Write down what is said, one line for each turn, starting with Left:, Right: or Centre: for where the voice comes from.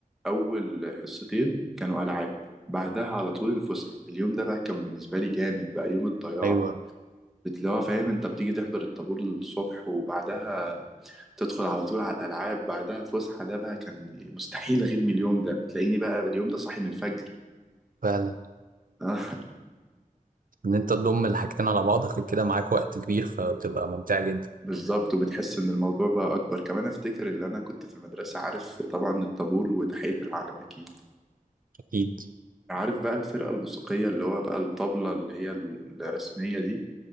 Centre: اول حصتين كانوا العاب بعدها على طول الفسحه اليوم ده بقى كان بالنسبه لي جامد بقى يوم الضياع
Right: ايوه
Centre: اللي هو فاهم انت بتيجي تحضر الطابور الصبح وبعدها تدخل على طول على الألعاب بعدها فسحة ده بقى كان مستحيل أغيب من اليوم ده تلاقيني بقى اليوم ده صاحي من الفجر
Right: فعلا
Centre: آه، <laughs>
Right: ان انت تضم الحاجتين على بعض اخد كده معاك وقت كبير فبتبقى ممتعة جدا
Centre: بالظبط وبتحس إن الموضوع بقى أكبر كمان أفتكر إن أنا كنت في المدرسة عارف طبعا الطابور وتحية العلم أكيد
Right: اكيد
Centre: عارف بقى الفرقة الموسيقية اللي هو بقى الطبلة اللي هي الرسمية دي